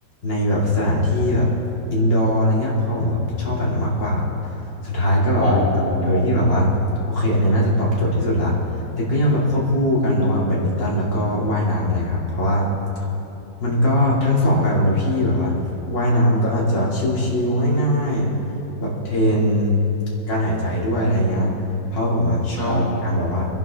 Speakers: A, on the left; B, on the right.
A: ในแบบสถานที่แบบอินดอร์อะไรเงี้ยเพราะผมแบบชอบแบบนั้นมากกว่าสุดท้ายก็แบบว่าจบโดยที่แบบว่าโอเคอันเนี้ยน่าจะตอบโจทย์ที่สุดละ
B: อ๋อ
A: แต่ก็ยังแบบควบคู่กันระหว่างแบดมินตันแล้วก็ว่ายน้ำอะไรครับเพราะว่ามันก็ทั้งสองแบบอะเนอะพี่แบบว่าว่ายน้ำก็อาจจะชิวๆง่ายๆแบบเทรนการหายใจด้วยอะไรเงี้ยเพราะผมอะชอบการแบบว่า
B: ครับ